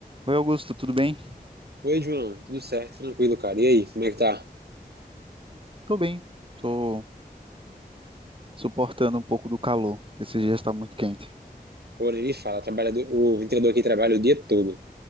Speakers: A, on the right; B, on the right.
A: Oi, Augusto, tudo bem?
B: Oi, João, tudo certo, tranquilo, cara. E aí, como é que tá?
A: Tô bem. Tô suportando um pouco do calor. Esse dia está muito quente.
B: Pô, nem me fala, trabalhador, o ventilador aqui trabalha o dia todo.